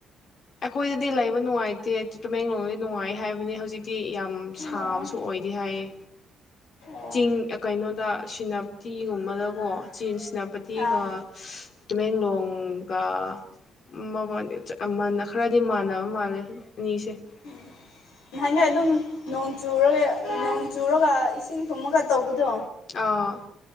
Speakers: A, on the left; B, on the left.
A: ꯑꯩꯈꯣꯏꯗꯗꯤ ꯂꯩꯕ ꯅꯨꯡꯉꯥꯏꯇꯦ ꯇꯨꯃꯦꯡꯂꯣꯡꯗꯗꯤ ꯅꯨꯡꯉꯥꯏ ꯍꯥꯏꯕꯅꯤ ꯍꯧꯖꯤꯛ ꯇꯤ ꯌꯥꯝ ꯁꯥꯕꯁꯨ
B: ꯑꯣ
A: ꯑꯣꯏꯗꯦ ꯍꯥꯏꯌꯦ
B: ꯑꯣ
A: ꯆꯤꯡ ꯑ ꯀꯩꯅꯣꯗ ꯁꯤꯅ ꯇꯤꯒꯨꯝꯕꯗꯀꯣ ꯆꯦꯟ ꯁꯤꯅꯥꯄꯇꯤꯒ
B: ꯑꯥ
A: ꯇꯨꯃꯦꯡꯂꯣꯡꯒ ꯃꯕꯥꯟꯅꯤ ꯆꯥ ꯑꯃꯅ ꯈꯔꯗꯤ ꯃꯥꯟꯅꯕ ꯃꯥꯜꯂꯦ ꯑꯅꯤꯁꯦ
B: ꯎꯝ ꯅꯍꯥꯟꯈꯩ ꯑꯗꯨꯝ ꯅꯣꯡ ꯆꯨꯔꯒ ꯅꯣꯡ ꯆꯨꯔꯒ ꯏꯁꯤꯡ ꯊꯨꯝꯃꯒ ꯇꯧꯕꯗꯣ
A: ꯑꯥ